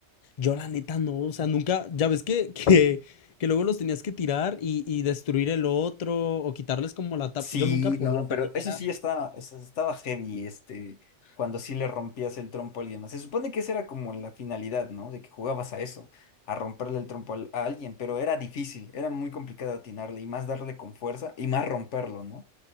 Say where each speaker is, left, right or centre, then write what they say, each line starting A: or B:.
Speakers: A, on the left; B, on the left.
A: Yo la neta no, o sea, nunca, ya ves que, que, que luego los tenías que tirar y, y destruir el otro o quitarles como la tapa.
B: Sí,
A: Yo nunca podía,
B: no,
A: o
B: pero
A: sea, neta
B: eso
A: era-
B: sí está, eso estaba heavy, este, cuando sí le rompías el trompo a alguien más. Se supone que esa era como la finalidad, ¿no? De que jugabas a eso, a romperle el trompo al- a alguien, pero era difícil, era muy complicado atinarle y más darle con fuerza y más romperlo, ¿no?